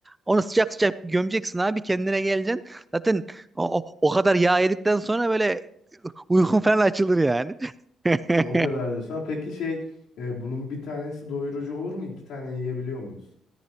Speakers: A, on the right; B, on the left.
A: Onu sıcak sıcak gömeceksin abi kendine geleceksin. Zaten o, o, o kadar yağ yedikten sonra böyle e, uykun falan açılır yani. <laughs>
B: O kadar diyorsun. Peki şey e, bunun bir tanesi doyurucu olur mu? İki tane yiyebiliyor muyuz?